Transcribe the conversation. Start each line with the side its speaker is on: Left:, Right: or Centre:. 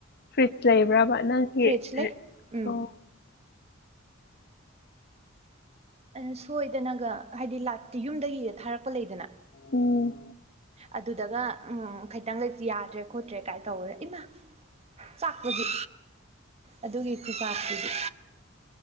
Left: ꯐ꯭ꯔꯤꯖ ꯂꯩꯕ꯭ꯔꯕ ꯅꯪꯒꯤ
Right: ꯐ꯭ꯔꯤꯖ ꯂꯩ ꯎꯝ
Left: ꯑꯣ
Right: ꯑꯩꯅ ꯁꯣꯏꯗꯅꯒ ꯍꯥꯏꯗꯤ ꯂꯥꯠꯇꯤ ꯌꯨꯝꯗꯒꯤꯒ ꯊꯥꯔꯛꯄ ꯂꯩꯗꯅ
Left: ꯎꯝ
Right: ꯑꯗꯨꯗꯒ ꯎꯝ ꯈꯩꯇꯪꯒꯖꯤ ꯌꯥꯗ꯭ꯔꯦ ꯈꯣꯠꯇ꯭ꯔꯦ ꯀꯥꯏ ꯇꯧꯕꯗ ꯏꯃꯥ ꯆꯥꯛꯄꯗꯤ ꯑꯗꯨꯒꯤ ꯈꯨꯆꯥꯛꯇꯨꯗꯤ